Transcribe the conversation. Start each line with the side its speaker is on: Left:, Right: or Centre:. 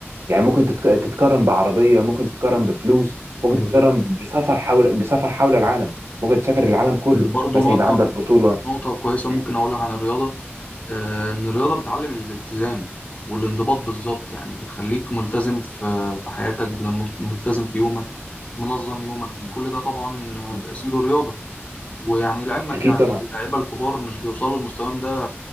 Right: يعني ممكن تتك... تتكرم بعربيه ممكن تتكرم بفلوس ممكن
Left: بالظبط
Right: تتكرم بسفر حول بسفر حول العالم ممكن تسافر العالم كله
Left: وبرضه
Right: مثلا
Left: نقطة
Right: يبقى عندك بطوله
Left: نقطة كويسة
Right: مم.
Left: ممكن أقولها عن الرياضة آه، إن الرياضة بتعلم الالتزام والانضباط بالظبط يعني بتخليك ملتزم في في حياتك بن- ملتزم في يومك منظم يومك
Right: مم.
Left: كل ده طبعا آه،
Right: مم.
Left: تأثير الرياضة ويعني لعلمك
Right: اكيد
Left: يعني
Right: طبعا
Left: اللعيبة الكبار مش بيوصلوا لمستواهم ده